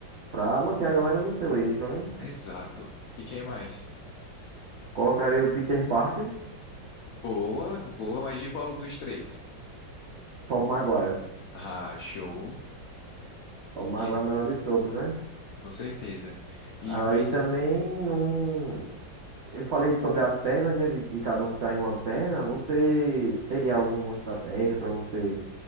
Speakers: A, on the right; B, on the left.
A: Pra manter a galera no seu eixo, né?
B: Exato. E quem mais?
A: Colocarei o Peter Parker,
B: Boa, boa, mas de qual dos três?
A: Tobey Maguire.
B: Ah, show.
A: Tobey
B: E
A: Maguire
B: quem?
A: é o melhor de todos, né?
B: Com certeza. E
A: Aí
B: mas
A: também não. Eu falei sobre as pernas, né? De, de cada um ficar em uma perna. Você teria alguma estratégia pra você